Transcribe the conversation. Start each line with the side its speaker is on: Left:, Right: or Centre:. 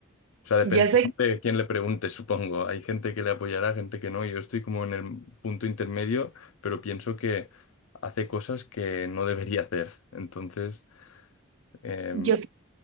Left: O sea, depende
Right: yo sé,
Left: de quién le pregunte, supongo. Hay gente que le apoyará, gente que no. Yo estoy como en el punto intermedio, pero pienso que hace cosas que no debería hacer. Entonces, em,
Right: yo,